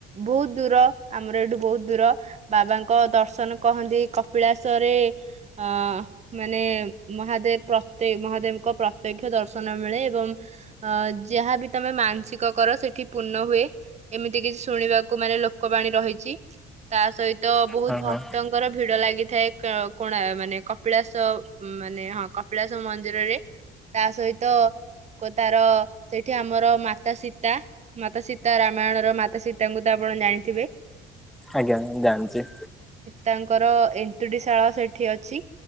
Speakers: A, on the right; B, in the centre.
A: ବହୁତ ଦୂର ଆମର ଏଇଠୁ ବହୁତ ଦୂର ବାବାଙ୍କ ଦର୍ଶନ କହନ୍ତି। କପିଳାସରେ ଅ ମାନେ ମହାଦେବ ପ୍ରତ୍ୟ ମହାଦେବଙ୍କ ପ୍ରତ୍ୟକ୍ଷ ଦର୍ଶନ ମିଳେ ଏବଂ ଅ ଯାହାବି ତମେ ମାନସିକ କର ସେଠି ପୂର୍ଣ୍ଣ ହୁଏ। ଏମିତି କିଛି ଶୁଣିବାକୁ ମାନେ ଲୋକବାଣୀ ରହିଛି ତା ସହିତ ବହୁତ
B: ହଁ
A: ଭକ୍ତଙ୍କର
B: ହଁ
A: ଭିଡ ଲାଗିଥାଏ କୋଣା ମାନେ କପିଳାସ ମାନେ ହଁ କପିଳାସ ମନ୍ଦିରରେ ତା ସହିତ ତାର ସେଇଠି ଆମର ମାତା ସୀତା ମାତା ସୀତା ରାମାୟଣର ମାତା ସୀତାଙ୍କୁ ତ ଆପଣ ଜାଣିଥିବେ।
B: ଆଜ୍ଞା ଜାଣିଛି।
A: ତାଙ୍କର ଏନ୍ତୁଡିଶାଳ ସେଠି ଅଛି।